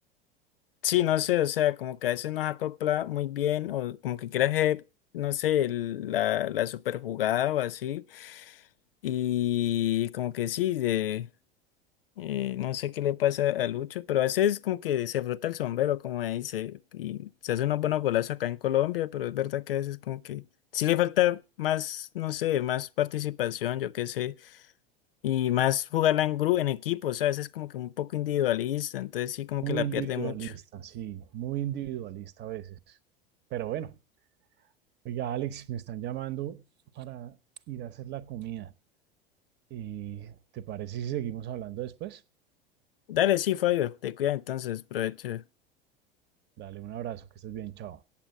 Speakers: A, on the left; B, on the right.
A: Sí, no sé, o sea, como que a veces nos acopla muy bien, o como que quiere hacer, no sé, el- la, la super jugada o así. Y como que sí, de, eh, no sé qué le pasa a Lucho, pero a veces como que se frota el sombrero, como ahí dice, y se hace unos buenos golazos acá en Colombia, pero es verdad que a veces como que sí le falta más, no sé, más participación, yo qué sé, y más jugarla en grupo, en equipo, o sea, a veces como que un poco individualista, entonces sí como
B: muy
A: que la
B: individualista,
A: pierde mucho.
B: sí, muy individualista a veces. Pero bueno, oiga, Alex, me están llamando para ir a hacer la comida. Eh, ¿te parece si seguimos hablando después?
A: Dale, sí, Fabio, te cuida entonces, provecho.
B: Dale un abrazo, que estés bien, chao.